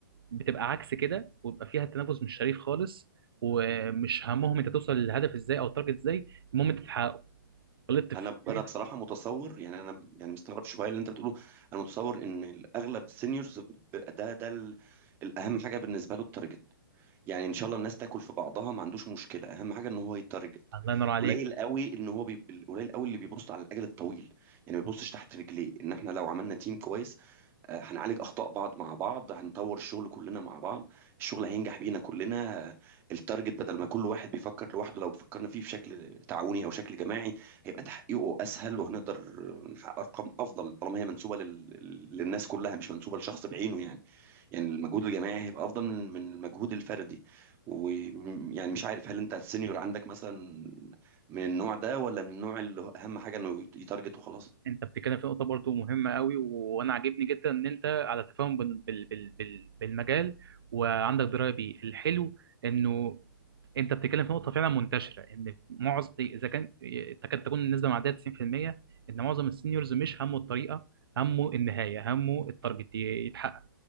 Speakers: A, on the right (about 80°); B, on the right (about 20°).
A: بتبقى عكس كده ويبقى فيها التنافس مش شريف خالص ومش همهم انت توصل للهدف ازاي او التارجت ازاي المهم انت تحققه غلطت في
B: انا
A: التيمين.
B: انا بصراحه متصور يعني انا يعني مستغرب شويه اللي انت بتقوله انا متصور ان الاغلب السينيورز ب- ده ده ال- الاهم حاجه بالنسبه له التارجت يعني ان شاء الله الناس تاكل في بعضها ما عندوش مشكله اهم حاجه ان هو يتارجت
A: الله ينور عليك
B: قليل قوي ان هو بيب... قليل قوي اللي بيبص على الاجل الطويل يعني ما بيبصش تحت رجليه ان احنا لو عملنا تيم كويس آه، هنعالج اخطاء بعض مع بعض هنطور الشغل كلنا مع بعض الشغل هينجح بينا كلنا آه، التارجت بدل ما كل واحد بيفكر لوحده لو فكرنا فيه بشكل تعاوني او شكل جماعي هيبقى تحقيقه اسهل وهنقدر نحقق ارقام افضل طالما هي منسوبه لل... للناس كلها مش منسوبه لشخص بعينه يعني يعني المجهود الجماعي هيبقى افضل من من المجهود الفردي ويعني مش عارف هل انت السينيور عندك مثلا من النوع ده ولا من النوع اللي اهم حاجه انه يتارجت وخلاص
A: انت بتتكلم في نقطه برضو مهمه قوي و- وانا عاجبني جدا ان انت على تفاهم بال... بال... بال... بال... بالمجال وعندك درايه بيه الحلو انه انت بتتكلم في نقطه فعلا منتشره ان معظم اذا كان تكاد تكون النسبه معديه 90% ان معظم السينيورز مش همه الطريقه همه النهايه همه التارجت ي- يتحقق